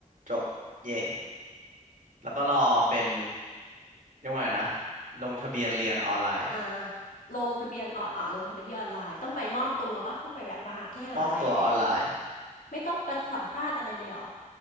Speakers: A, on the right; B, on the left.
A: จบเย่ แล้วก็รอเป็นเรียกว่าไงนะลงทะเบียนเรียนออนไลน์
B: อ่าลงทะเบียนออนอ่าลงทะเบียนที่ออนไลน์ต้องไปมอบตัวปะต้องไปแบบมหาที่มหาลัยไป
A: อ่ะมอบตัวออนไลน์
B: ไม่ต้องไปสัมภาษณ์อะไรเลยเหรอ